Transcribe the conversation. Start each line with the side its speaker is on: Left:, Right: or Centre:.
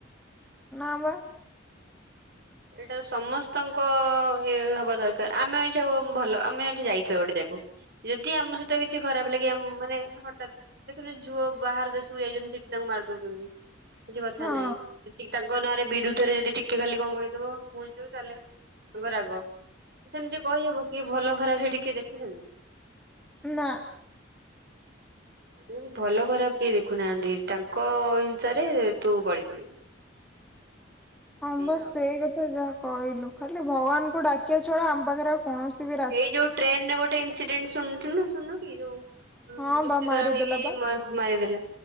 Centre: ନାଁ ବା।
Right: ଏଇଟା ସମସ୍ତଙ୍କ-ଅ ଇଏ ହବା ଦରକାର। ଆମେ ଏଇଛା ଭଲ, ଆମେ ଆଛା ଯାଇଥିବା ଗୋଟେ ଜାଗାକୁ। ଯଦି ଆମ ସହିତ କିଛି ଖରାପ ଲାଗେ। ଆମ୍ ମାନେ ହଠାତ୍ ଦେଖୁନ ଝୁଅ, ବାହାର ଦେଶକୁ ଯାଇଛନ୍ତି। ସେଠି ତାଙ୍କୁ ମାରି ଦଉଛନ୍ତି। କିଛି କଥା
Centre: ହଁ
Right: ନାହିଁ। ଯେମିତି ତାଙ୍କ ନାଁରେ ବିରୁଦ୍ଧରେ ଯଦି ଟିକେ, ଖାଲି କଣ କହି ଦବ, ହୁଁ, ଯଉ ଚାଲେ ତାଙ୍କ ରାଗ। ସେମିତି କହିହବ, କିଏ ଭଲ ଖରାପ ସେଠି କିଏ ଦେଖୁଛନ୍ତି?
Centre: ନା।
Right: ହୁଁ ଭଲ ଖରାପ କିଏ ଦେଖୁନାହାଁନ୍ତି। ତାଙ୍କ-ଅ ହିଂସାରେ ତୁ ବଳି ପଡିବୁ। <unintelligible>
Centre: ହଁ,
Right: ଏଇଆ
Centre: ବା, ସେଇ
Right: ଆଉ
Centre: କଥା ଯାହା କହିଲୁ। ଖାଲି ଭଗବାନଙ୍କୁ ଡାକିଆ ଛଡା ଆମ ପାଖରେ ଆଉ କୌଣସି ବି ରା
Right: ଏଇ ଯୋଉ ଟ୍ରେନ୍ ରେ ଗୋଟେ ଇନ୍ ସିଡେଣ୍ଟ୍ ଶୁଣଚୁ ଶୁଣୁନୁ କି, ଯୋଉ
Centre: ହଁ
Right: ଯୁକ୍ତିତର
Centre: ବା ମାରିଦେଲା
Right: ହେଇକି,
Centre: ବା।
Right: ମାରିଦେଲେ।